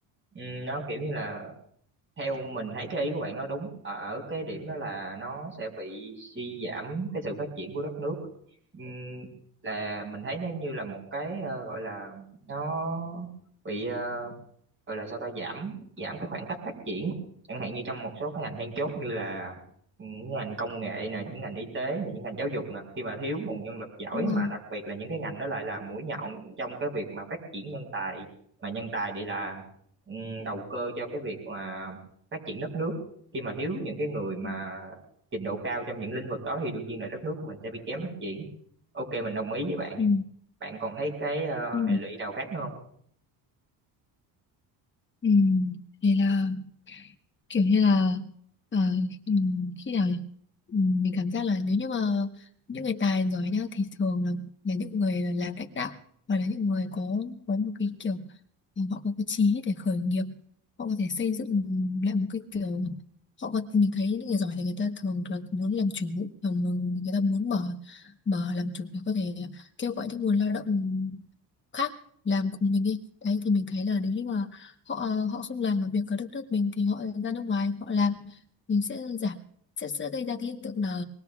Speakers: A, on the right; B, on the left.
A: ừm, nó kiểu như là theo mình thấy cái ý của bạn nó đúng ở ở cái điểm đó là nó sẽ bị suy giảm cái sự phát triển của đất nước. Ừm, là mình thấy nó như là một cái ờ, gọi là nó bị ờ, gọi là sao ta giảm giảm cái khoảng cách phát triển chẳng hạn như trong một số cái ngành then chốt như là những ngành công nghệ nè những ngành y tế nè những ngành giáo dục nè khi mà thiếu nguồn nhân lực giỏi
B: đúng rồi.
A: mà đặc biệt là những cái ngành đó lại là mũi nhọn trong cái việc mà phát triển nhân tài mà nhân tài thì là ừm, đầu cơ cho cái việc mà phát triển đất nước khi mà thiếu những cái người mà
B: ừ.
A: trình độ cao trong những lĩnh vực đó thì đương nhiên là đất nước của mình sẽ bị kém phát triển ok mình đồng ý với bạn
B: Ừ.
A: bạn còn thấy cái ờ,
B: Ừ.
A: hệ lụy nào khác nữa không
B: Ừ, thì là kiểu như là ờ, ừm, khi nào ừm, mình cảm giác là nếu như mà những người tài giỏi nhá thì thường là, là những người là làm lãnh đạo hoặc là những người có có một cái kiểu thì họ có cái chí để khởi nghiệp họ có thể xây dựng lại một cái kiểu họ có mình thấy những người giỏi thì người ta thường là muốn làm chủ và muốn- người ta muốn mở mở làm chủ để có thể kêu gọi những nguồn lao động khác làm cùng mình đi đấy thì mình thấy là nếu như mà họ họ không làm ở việc ở đất nước mình thì họ ra nước ngoài họ làm mình sẽ giảm sẽ sẽ gây ra cái hiện tượng là